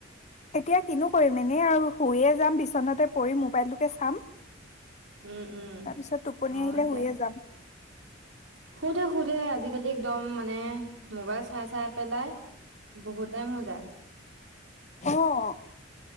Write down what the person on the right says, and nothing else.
উম উম
অ
এতিয়া
সোধে সোধে। আজিকালি একদম মানে মোবাইল চাই চাই পেলাই বহুত টাইম হৈ যায়।